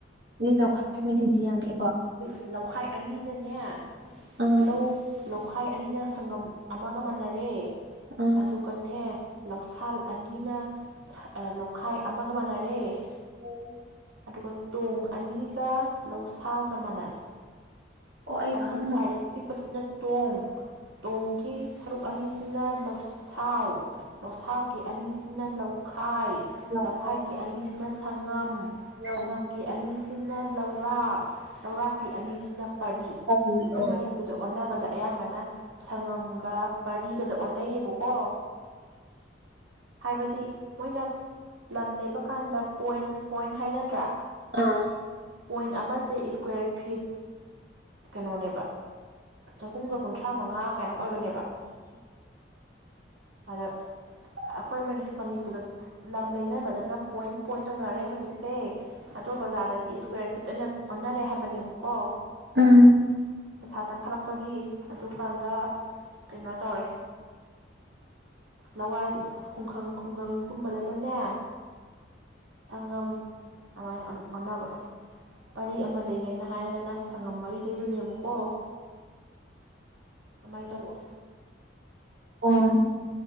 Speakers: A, on the right; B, on the right.
A: ꯇꯈꯕꯗꯤꯗꯤ ꯌꯥꯝꯒꯑꯦꯀꯣ
B: ꯂꯧꯈꯥꯏ ꯑꯅꯤꯅꯅꯦ
A: ꯑꯥ
B: ꯂꯧ ꯂꯧꯈꯥꯏ ꯑꯅꯤꯅ ꯁꯪꯒꯝ ꯑꯃꯒ ꯃꯅꯔꯦ
A: ꯑꯥ
B: ꯑꯗꯨꯒꯅꯦ ꯂꯧꯁꯥꯜ ꯑꯅꯤꯅ ꯅꯣꯛꯈꯥꯏ ꯑꯃꯒ ꯃꯥꯟꯅꯔꯦ
A: ꯎꯝ
B: ꯑꯗꯨꯒ ꯇꯣꯡ ꯑꯅꯤ ꯒ ꯂꯧꯁꯥꯒ ꯃꯥꯟꯅꯔꯦ
A: ꯑꯣ ꯑꯩ
B: ꯍꯥꯏꯕꯗꯤ
A: ꯈꯪꯗ
B: ꯈ꯭ꯋꯥꯏꯗꯒꯤ ꯄꯤꯛꯄꯁꯤꯅ ꯇꯣꯡ ꯇꯣꯡꯒꯤ ꯁꯔꯨꯛ ꯑꯅꯤꯁꯤꯅ ꯂꯧꯁꯥꯜ ꯂꯧꯁꯥꯒꯤ ꯑꯅꯤꯁꯤꯅ ꯂꯧ ꯂꯝꯈꯥꯏ
A: ꯂꯧꯈꯥꯏ
B: ꯂꯧꯈꯥꯏꯒꯤ ꯑꯅꯤꯁꯤꯅ ꯁꯉꯝ
A: ꯇꯉꯥꯟ
B: ꯁꯪꯉꯝꯒꯤ ꯑꯅꯤꯁꯤ ꯁꯤꯅ ꯂꯧꯔꯥꯛ ꯂꯧꯔꯥꯛꯀꯤ ꯑꯅꯤꯁꯤꯅ ꯄꯔꯤ ꯑꯩꯈꯣꯏ
A: ꯀꯔꯤ ꯑꯣ
B: ꯃꯅꯤꯄꯨꯔꯗ ꯑꯣꯟꯅꯕꯗ ꯑꯌꯥꯝꯕꯅ ꯁꯪꯉꯝꯒ ꯄꯔꯤꯒꯗ ꯑꯣꯟꯅꯩꯌꯦꯕꯀꯣ ꯍꯥꯏꯕꯗꯤ ꯃꯣꯏꯅ ꯂꯝ ꯂꯩꯕ ꯀꯥꯟꯗ ꯄꯣꯏꯟ ꯄꯣꯏꯟ ꯍꯥꯏꯅꯗ꯭ꯔꯥ
A: ꯑꯥ
B: ꯄꯣꯏꯟ ꯑꯃꯁꯦ ꯏꯁꯀ꯭ꯋꯦꯔ ꯐꯤꯠ ꯀꯩꯅꯣꯅꯦꯕ ꯆ ꯍꯨꯡꯒ ꯀꯣꯟ ꯊꯥꯃꯉꯥ ꯀꯥꯏꯅꯣꯛ ꯑꯣꯏꯕꯅꯦꯕ ꯑꯗ ꯑꯩꯈꯣꯏ ꯃꯅꯤꯄꯨꯔꯗ ꯂꯝ ꯂꯩꯅꯕꯗꯅ ꯄꯣꯏꯟ ꯄꯣꯏꯟ ꯇꯧꯅꯔꯦ ꯍꯧꯖꯤꯛꯁꯦ ꯑꯗꯣ ꯕꯖꯥꯔꯗ ꯏꯁꯀ꯭ꯋꯥꯔ ꯐꯤꯠ ꯑꯣꯏꯅ ꯑꯣꯟꯅꯔꯦ ꯍꯥꯏꯕꯅꯦꯕꯀꯣ
A: ꯑꯝ
B: ꯄꯩꯁꯥ ꯇꯥꯡꯈꯠꯂꯛꯄꯒꯤ ꯑꯗꯨꯀꯥꯟꯗ ꯀꯩꯅꯣ ꯇꯧꯔꯦ ꯂꯋꯥꯏ ꯈꯪ ꯈꯨꯡꯒꯪꯒꯨꯝꯕꯗꯅꯅꯦ ꯁꯉꯝ ꯑꯗꯨꯃꯥꯏꯅ ꯑꯣꯟꯅꯕ ꯄꯔꯤ ꯑꯃ ꯂꯩꯒꯦꯅ ꯍꯥꯏꯔꯒꯅ ꯁꯪꯉꯝ ꯃꯔꯤ ꯂꯩꯗꯣꯏꯅꯦꯕꯀꯣ ꯑꯗꯨꯃꯥꯏꯅ ꯇꯧꯕ
A: ꯎꯝ ꯑꯣ